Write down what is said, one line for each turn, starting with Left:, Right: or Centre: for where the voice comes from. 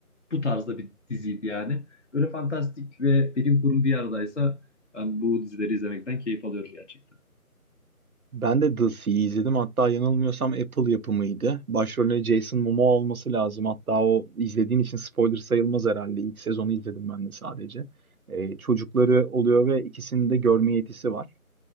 Left: Bu tarzda bir diziydi yani. Böyle fantastik ve bilim kurgu bir aradaysa ben bu dizileri izlemekten keyif alıyorum gerçekten.
Right: Ben de The Sea'yi izledim. Hatta yanılmıyorsam Apple yapımıydı. Başrolünde Jason Momoa olması lazım. Hatta o izlediğin için spoiler sayılmaz herhalde. İlk sezonu izledim ben de sadece. Ee, çocukları oluyor ve ikisinin de görme yetisi var.